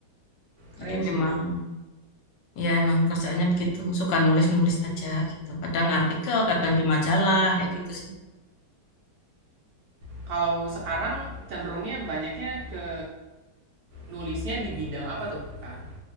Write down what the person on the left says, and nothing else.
Jadi
memang ya emang kerjaannya begitu, suka nulis-nulis aja
gitu. Kadang artikel, kadang
di majalah
kayak gitu sih.